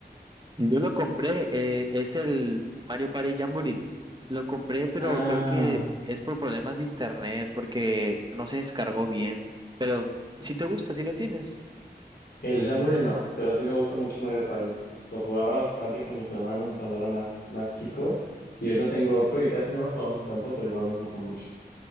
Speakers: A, on the right; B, on the left.
A: yo lo compré, eh, es el Mario Party Jamboree. Lo compré, pero
B: Ah.
A: creo que es por problemas de internet porque no se descargó bien. Pero si te gusta, si lo tienes.
B: El Jamboree no, pero sí me gusta mucho Mario Party. Lo jugaba bastante con mis hermanos cuando era más, más chico. Y ahorita tengo otro y casi no lo jugamos tanto, pero igual nos gusta mucho.